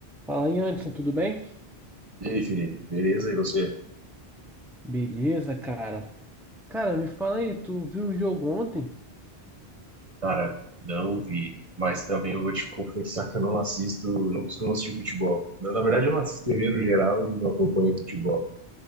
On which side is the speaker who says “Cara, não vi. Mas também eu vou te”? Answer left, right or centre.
Right